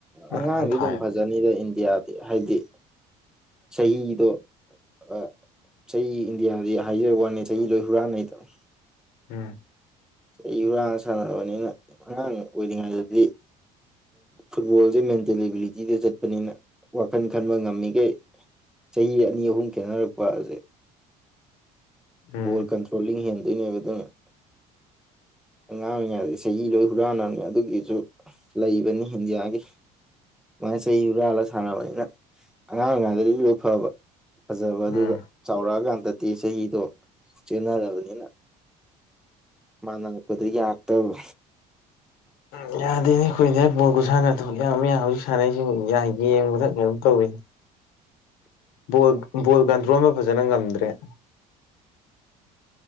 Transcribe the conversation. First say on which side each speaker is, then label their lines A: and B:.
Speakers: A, on the left; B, in the centre.
A: ꯅꯥꯟ
B: ꯑꯉꯥꯡꯗꯤ
A: ꯅꯥꯟ ꯊꯥꯏ
B: ꯑꯗꯨꯝ ꯐꯖꯅꯤꯗ ꯏꯟꯗꯤꯌꯥꯗꯤ ꯍꯥꯏꯗꯤ ꯆꯍꯤꯗꯣ ꯑ ꯆꯍꯤ ꯏꯟꯗꯤꯌꯥꯁꯤ ꯍꯥꯏꯖꯕ ꯋꯥꯅꯤ ꯆꯍꯤ ꯂꯣꯏ ꯍꯨꯔꯥꯟꯅꯩꯗꯅ
A: ꯎꯝ꯫
B: ꯆꯍꯤ ꯍꯨꯔꯥꯡ ꯁꯥꯟꯔꯕꯅꯤꯅ ꯑꯉꯥꯡ ꯑꯣꯏꯔꯤꯉꯩꯗꯗꯤ ꯐꯨꯠꯕꯣꯜꯁꯦ ꯃꯦꯟꯇꯦꯜ ꯑꯦꯕꯤꯂꯤꯇꯤꯗ ꯆꯠꯄꯅꯤꯅ ꯋꯥꯈꯟ ꯈꯟꯕ ꯉꯝꯃꯤꯈꯩ ꯆꯍꯤ ꯑꯅꯤ ꯑꯍꯨꯝ ꯈꯦꯠꯅꯔꯛꯄ ꯑꯁꯦ
A: ꯎꯝ
B: ꯕꯣꯜ ꯀꯟꯇ꯭ꯔꯣꯂꯤꯡ ꯍꯦꯟꯗꯣꯏꯅꯦ ꯕꯗꯔ ꯑꯉꯥꯡ ꯑꯣꯏꯔꯤꯉꯩ ꯆꯍꯤ ꯂꯣꯏ ꯍꯨꯔꯥꯟꯅꯕꯅꯤ ꯑꯗꯨꯒꯤꯁꯨ ꯂꯩꯕꯅꯤ ꯏꯟꯗꯤꯌꯥꯒꯤ ꯑꯗꯨꯃꯥꯏꯅ ꯆꯍꯤ ꯍꯨꯔꯥꯜꯂꯒ ꯁꯥꯟꯅꯕꯅꯤꯅ ꯑꯉꯥꯡ ꯑꯣꯏꯉꯥꯡꯗꯗꯤ ꯂꯣꯏ ꯐꯕ ꯐꯖꯕ ꯑꯗꯨꯒ
A: ꯎꯝ
B: ꯆꯥꯎꯔꯛꯑꯀꯥꯟꯗꯗꯤ ꯆꯍꯤꯗꯣ ꯆꯦꯟꯅꯔꯕꯅꯤꯅ ꯃꯥ ꯅꯉꯛꯄꯗ ꯌꯥꯔꯛꯇꯕ
A: ꯎꯝ ꯌꯥꯗꯦꯅꯦ ꯑꯈꯣꯏꯢꯟꯗꯤꯌꯥ ꯕꯣꯜ ꯈꯨꯁꯥꯅꯗꯣ ꯌꯥꯝ ꯌꯥ ꯍꯧꯖꯤꯛ ꯁꯥꯟꯅꯔꯤꯁꯨ ꯌꯥꯏ ꯌꯦꯡꯕꯗ ꯀꯩꯅꯣꯝ ꯇꯧꯋꯤꯅꯦ ꯕꯣꯜ ꯕꯣꯜ ꯀꯟꯇ꯭ꯔꯣꯜꯗꯣ ꯐꯖꯅ ꯉꯝꯗ꯭ꯔꯦ